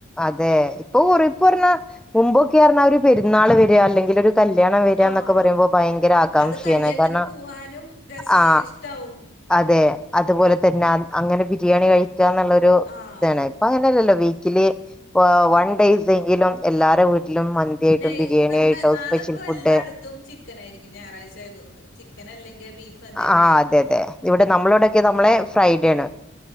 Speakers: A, in the centre; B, on the left (about 65°).
A: അതെ ഇപ്പൊ ഉറിപ്പറഞ്ഞാ മുമ്പൊക്കെയറഞ്ഞാ ഒരു പെരുന്നാള് വെരാ അല്ലെങ്കിൽ ഒരു കല്യാണം വരാന്നൊക്കെ
B: ആഹ്
A: പറയുമ്പോ ഭയങ്കര ആകാംക്ഷയാണ്
B: അത് കല്യാണത്തിന്
A: കാരണം
B: പോവാനും രസ
A: ആ
B: ഇഷ്ടാവും
A: അതെ അതുപോലെ തന്നെ അങ്ങനെ പി ബിരിയാണി കഴി ക്കാന്നുള്ളൊരു
B: ആഹ്
A: താണ് ഇപ്പൊ അങ്ങനെയല്ലല്ലോ വെയ് <unintelligible> വ വൺ ഡേയ്സ് എങ്കിലും എല്ലാര വീട് ട്ടിലും മന്തിയായിട്ടും
B: നെയ്
A: ബിരിയണിയായിട്ടും
B: ഇപ്പൊ എന്താ നാളെ
A: സ്പെഷ്യൽ
B: ഇപ്പൊ
A: ഫുഡ്
B: എല്ലായിടത്തും ചിക്കൻ ആയിരിക്കും ഞായറാഴ്ച ആയതുകൊണ്ട് ചിക്കൻ അല്ലെങ്കിൽ ബീഫ് എന്തെങ്കിലും
A: ആ
B: ആയിരിക്കും
A: അതെ അതെ ഇവിടെ നമ്മളവിടെക്കെ നമ്മള ഫ്രൈഡേയാണ്,